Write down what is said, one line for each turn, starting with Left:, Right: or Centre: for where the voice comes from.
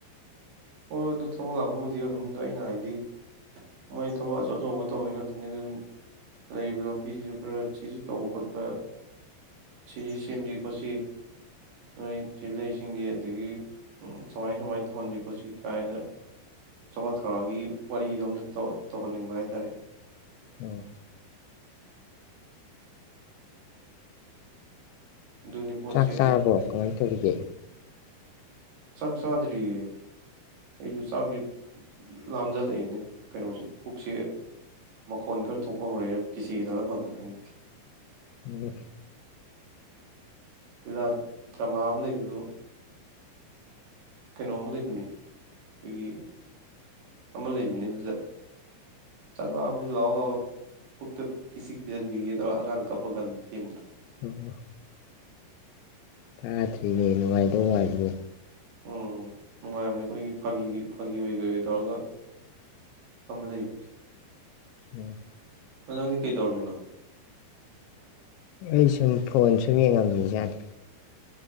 Right: ꯍꯣꯏꯣꯏ ꯑꯗꯨ ꯊꯕꯛ ꯂꯥꯛꯄꯕꯨꯗꯤ ꯑꯣꯏꯕꯅꯤ ꯑꯗꯣ ꯑꯩꯅ ꯍꯥꯏꯗꯤ ꯃꯣꯏ ꯊꯕꯛ ꯑꯆꯧ ꯑꯆꯧꯕ ꯇꯧꯕꯤ ꯉꯥꯛꯇꯅꯤ ꯑꯗꯨ ꯂꯩꯔꯤꯕ ꯂꯝꯕꯤꯁꯤꯁꯨ ꯈꯔ ꯁꯤꯁꯤ ꯇꯧꯕ ꯈꯣꯠꯄ ꯁꯤꯁꯤ ꯁꯦꯝꯁꯤ ꯈꯣꯠꯁꯤ ꯅꯣꯏ ꯁꯤꯂꯁꯤꯡꯒꯤ ꯑꯗꯒꯤ ꯁꯨꯃꯥꯏ ꯁꯨꯃꯥꯏꯅ ꯇꯧꯍꯟꯁꯤ ꯈꯣꯠꯁꯤ ꯀꯥꯏꯅ ꯆꯥꯎꯈꯠ ꯊꯧꯔꯥꯡꯒꯤ ꯋꯥꯔꯤꯗꯣ ꯑꯝꯇ ꯇꯧꯍꯟꯅꯤꯡꯕ ꯍꯥꯏꯇꯥꯔꯦ ꯑꯩꯅ
Left: ꯎꯝ
Right: ꯑꯗꯨꯅꯤ ꯄꯣꯠꯁꯦ
Left: ꯆꯥꯛ ꯆꯥꯔꯕꯣ
Right: ꯑꯗꯨ
Left: ꯀꯃꯥꯏꯅ ꯇꯧꯔꯤꯒꯦ
Right: ꯆꯛ ꯆꯥꯟꯗꯔꯤꯌꯦ ꯑꯩꯁꯨ ꯆꯥꯀꯁꯤ ꯂꯥꯝꯖꯜꯂꯛꯏꯅꯦ ꯀꯩꯅꯣꯁꯦ ꯄꯨꯛꯁꯤ ꯃꯈꯣꯟ ꯈꯔ ꯊꯣꯛꯄ ꯍꯧꯔꯛꯑꯦ ꯀꯤꯁꯤꯒꯤ ꯀꯤꯁꯟꯂꯒ ꯐꯒꯗ꯭ꯔ ꯈꯪꯗꯦ
Left: ꯎꯝ
Right: ꯂꯤꯂꯥ ꯗ꯭ꯔꯃꯥ ꯑꯃ ꯂꯩꯕꯗꯨ ꯀꯩꯅꯣꯝꯃ ꯂꯩꯕꯅꯦ ꯑꯩꯈꯣꯏꯒꯤ ꯑꯃ ꯂꯩꯕꯅꯦ ꯑꯗꯨꯗ ꯆꯥꯛꯅꯥ ꯑꯃꯗꯤ ꯂꯥꯛꯑꯣ ꯂꯥꯛꯑꯣ ꯄꯨꯛꯇ ꯀꯤꯁꯤ ꯀꯤꯁꯤꯟꯕꯤꯒꯦ ꯇꯧꯔꯒ ꯑꯉꯥꯡ ꯀꯞꯄ ꯀꯥꯟꯗ ꯊꯦꯝꯕꯗꯣ
Left: ꯎ ꯇꯗ꯭ꯔꯤꯅꯦ ꯅꯨꯡꯉꯥꯏꯗꯧ ꯝꯂꯤꯅꯦ
Right: ꯎꯝ ꯅꯨꯡꯉꯥꯏꯕꯅꯤ ꯑꯩꯈꯣꯏꯒꯤ ꯐꯥꯒꯤꯒꯤ ꯐꯥꯒꯤ ꯑꯣꯏ ꯀꯩ ꯑꯣꯏ ꯇꯧꯔꯒ ꯑꯃ ꯂꯩꯕꯅꯦ
Left: ꯎꯝ
Right: ꯑꯗꯣ ꯅꯡꯗꯤ ꯀꯩ ꯗꯧꯔꯃꯤꯅꯣ
Left: ꯑꯩ ꯁꯨꯝ ꯐꯣꯟ ꯁꯨꯝ ꯌꯦꯡꯉꯝꯃꯤꯖꯥꯠꯅꯤ